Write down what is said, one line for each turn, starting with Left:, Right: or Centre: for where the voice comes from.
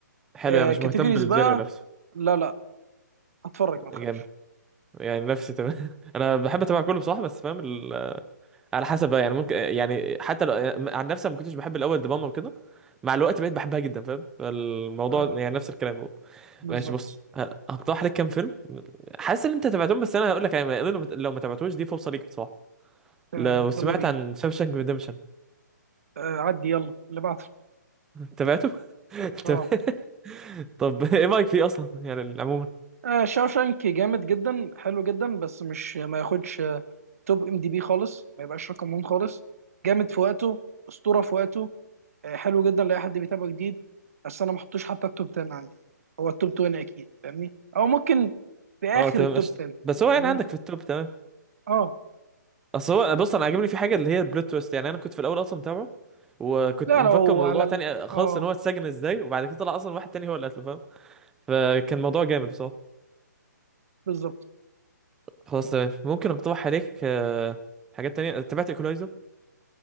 Centre: حلو
Right: أه
Centre: يعني مش
Right: كاتيجوريز
Centre: مهتم بالجينري
Right: بقى
Centre: نفسه
Right: لا لا هتفرج ما تخافش
Centre: جامد يعني نفسي تمام <laughs> انا بحب اتابع كله بصراحه بس فاهم ال... على حسب بقى يعني ممكن يعني حتى لو عن نفسي أنا ما كنتش بحب الاول دراما وكده مع الوقت بقيت بحبها جدا فاهم الموضوع
Right: لا لا،
Centre: يعني نفس الكلام هو
Right: بالظبط
Centre: ماشي بص ه- هقترح لك كام فيلم حاسس ان انت تابعتهم بس انا هقول لك يعني لو ما لو ما تابعتوش دي فرصه ليك بصراحه
Right: تمام
Centre: لو سمعت
Right: يلا بينا
Centre: عن شاوشانك ريديمشن
Right: أه عدي يلا اللي بعده
Centre: تابعته <laughs>
Right: اه
Centre: طب ايه رايك فيه اصلا يعني عموما
Right: آه شاوشانك جامد جدا حلو جدا بس مش ما ياخدش آه، توب ام دي بي خالص ما يبقاش رقم ون خالص جامد في وقته اسطوره في وقته آه حلو جدا لاي حد بيتابع جديد بس انا ما احطوش حتى التوب 10 عندي هو التوب 20 اكيد فاهمني او ممكن في اخر
Centre: اه تمام
Right: التوب
Centre: قشطه
Right: 10
Centre: بس هو
Right: فاهمني
Centre: يعني عندك في التوب تمام
Right: اه
Centre: اصل هو بص انا عاجبني في حاجه اللي هي البلوت تويست يعني انا كنت في الاول اصلا متابعه وكنت
Right: لا
Centre: مفكر
Right: لو
Centre: موضوع
Right: على ال...
Centre: تاني خالص
Right: اه
Centre: ان هو اتسجن ازاي وبعد كده طلع اصلا واحد تاني هو اللي قتله فاهم فكان موضوع جامد بصراحه
Right: بالظبط
Centre: خلاص تمام ممكن اقترح عليك آه، حاجات تانية تابعت ايكولايزر